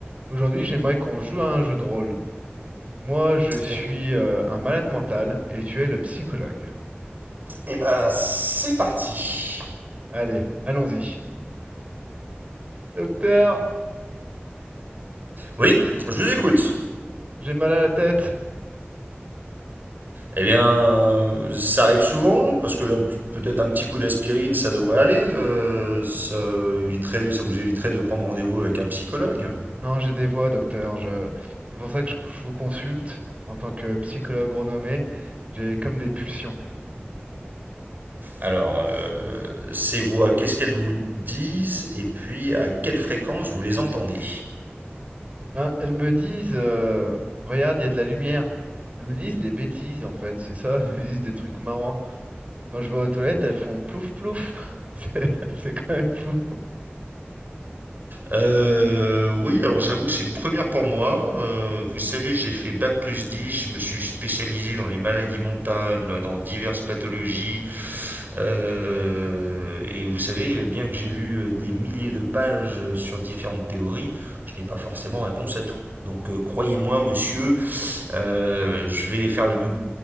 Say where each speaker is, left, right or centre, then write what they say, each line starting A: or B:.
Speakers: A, on the right; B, on the right.
A: Aujourd'hui, j'aimerais qu'on joue à un jeu de rôle. Moi, je suis
B: Et,
A: euh, un malade mental et tu es le psychologue.
B: et ben, c'est parti.
A: Allez, allons-y. Docteur,
B: Oui, je vous écoute.
A: j'ai mal à la tête.
B: Eh bien, ça arrive souvent, parce que peut-être un petit coup d'aspirine, ça devrait aller. euh, ça, éviterait, ça vous éviterait de prendre rendez-vous avec un psychologue.
A: Non, j'ai des voix, docteur. Je... C'est pour ça que je, je vous consulte en tant que psychologue renommé. J'ai comme des pulsions.
B: Alors, euh, ces voix, qu'est-ce qu'elles vous disent et puis à quelle fréquence vous les entendez
A: Ben, elles me disent, euh, regarde, il y a de la lumière. Elles me disent des bêtises, en fait, c'est ça. <laughs> Elles me disent des trucs marrants. Quand je vais aux toilettes, elles font plouf plouf. <laughs> C'est c'est quand même fou.
B: Euh, oui, alors j'avoue que c'est une première pour moi. Euh, vous savez, j'ai fait Bac plus 10, je me suis spécialisé dans les maladies mentales, dans diverses pathologies. Euh, et vous savez, bien que j'ai lu euh, des milliers de pages euh, sur différentes théories, je n'ai pas forcément réponse à tout. Donc euh, croyez-moi, monsieur, euh, je vais faire le